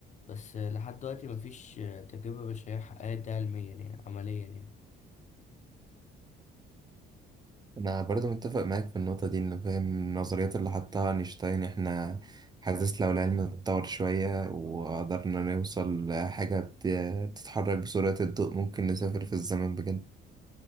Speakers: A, on the left; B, on the right.
A: بس لحد دلوقتي مفيش تجربة بشرية حققت ده علميا يعني عمليا يعني
B: أنا برضو متفق معاك في النقطة دي إنه فاهم النظريات اللي حطها أينشتاين إحنا حاسس لو العلم اتطور شوية وقدرنا نوصل لحاجة بت- بتتحرك بسرعة الضوء ممكن نسافر في الزمن بجد